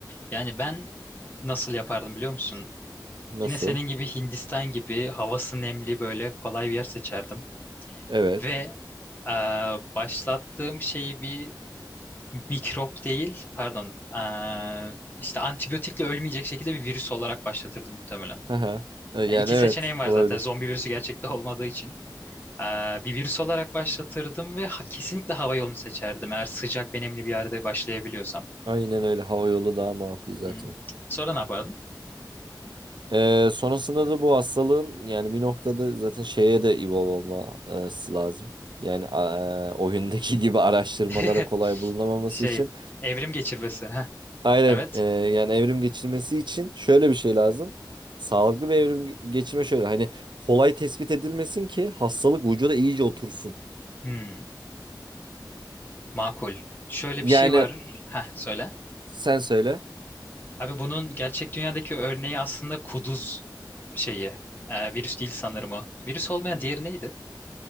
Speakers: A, on the left; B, on the right.
A: Yani ben nasıl yapardım biliyor musun?
B: Nasıl?
A: Yine senin gibi Hindistan gibi havası nemli böyle kolay bir yer seçerdim.
B: Evet.
A: Ve eee, başlattığım şeyi bir mikrop değil, pardon, eee, işte antibiyotikle ölmeyecek şekilde bir virüs olarak başlatırdım muhtemelen.
B: Haha. Yani
A: Yani iki
B: evet
A: seçeneğim var
B: olabilir.
A: zaten zombi virüsü gerçekte <laughs> olmadığı için. Eee, bir virüs olarak başlatırdım ve ha- kesinlikle hava yolunu seçerdim eğer sıcak ve nemli bir yerde başlayabiliyorsam.
B: Aynen öyle. Hava yolu daha makul zaten.
A: Hı. Sonra ne yapardın?
B: Ee, sonrasında da bu hastalığın yani bir noktada zaten şeye de evolve olması lazım. Yani e, oyundaki <laughs> gibi araştırmalara
A: <laughs>
B: kolay bulunamaması
A: Şey,
B: için.
A: evrim geçirmesi. Heh,
B: Aynen
A: evet.
B: e, yani evrim geçirmesi için şöyle bir şey lazım. Sağlıklı bir evrim ge- geçirme şöyle hani kolay tespit edilmesin ki hastalık vücuda iyice otursun.
A: Hmm. Makul. Şöyle
B: Yani
A: bir şey var. Heh, söyle.
B: sen söyle.
A: Abi bunun gerçek dünyadaki örneği aslında kuduz şeyi. Ee, virüs değil sanırım o. Virüs olmayan diğeri neydi?